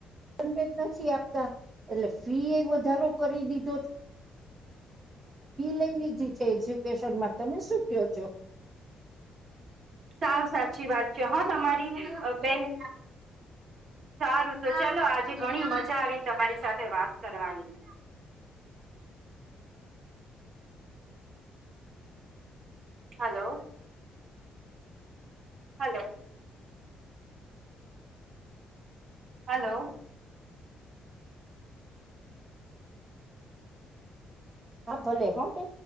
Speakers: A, on the right (about 30°); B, on the right (about 60°).
A: પણ નથી આપતા એટલે ફી એ વધારો કરી દીધી લઈ લીધી છે એજ્યુકેશનમાં તમે શું કયો છો
B: સાવ સાત અચછી વાત છે હા તમારી બેન સારું તો ચલો આજે ઘણી મજા આવે તમારી સાથે વાત કરવાની હલો હલોો હલો
A: હા ભોલે હો કે